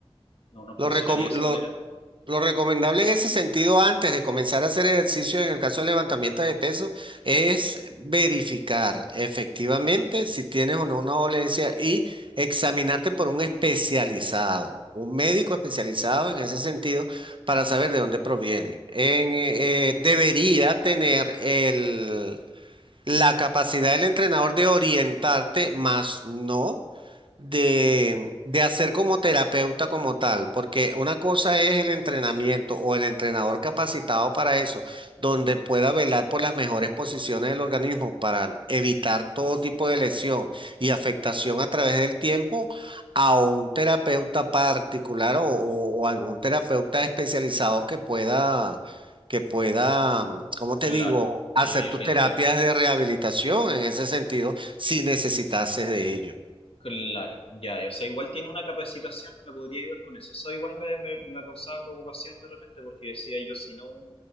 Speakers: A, on the left; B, on the right.
A: no, no
B: Lo,
A: funcionaría
B: recom-
A: de esa
B: lo-
A: manera?
B: Lo recomendable en ese sentido, antes de comenzar a hacer ejercicio en el caso de levantamiento de peso, es verificar efectivamente si tienes o no una dolencia y examinarte por un especializado, un médico especializado en ese sentido, para saber de dónde proviene. En, eh, eh, debería tener el, la capacidad del entrenador de orientarte, más no de, de hacer como terapeuta como tal, porque una cosa es el entrenamiento o el entrenador capacitado para eso, donde
A: Mm,
B: pueda velar por las mejores posiciones del organismo para evitar todo tipo de lesión y afectación a través del tiempo, a un terapeuta particular o, o- o algún terapeuta especializado que pueda, que pueda, mm, ¿cómo te
A: claro,
B: digo?
A: ahí
B: hacer
A: hay que
B: tus
A: orientarme.
B: terapias de rehabilitación en ese sentido si necesitases de ello.
A: Claro, ya, o sea, igual tiene una capacitación, me podría ayudar con eso. Eso igual me, me, me causaba preocupación de repente porque decía yo, si no,